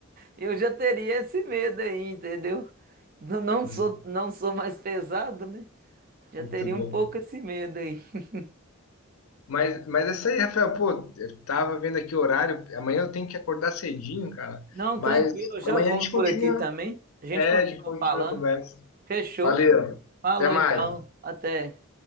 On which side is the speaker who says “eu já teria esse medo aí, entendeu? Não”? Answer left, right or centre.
Right